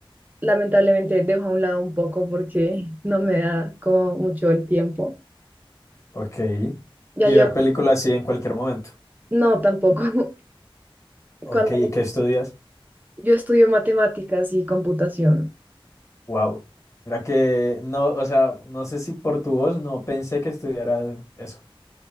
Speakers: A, on the right; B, on the left.
A: lamentablemente dejo a un lado un poco porque no me da como mucho el tiempo.
B: Ok.
A: Ya
B: Y
A: yo,
B: ver películas así en cualquier momento.
A: no, tampoco. <laughs>
B: Ok,
A: Cuando
B: ¿y qué estudias?
A: yo estudio matemáticas y computación.
B: Wow. Mira que no, o sea, no sé si por tu voz no pensé que estudiara eso.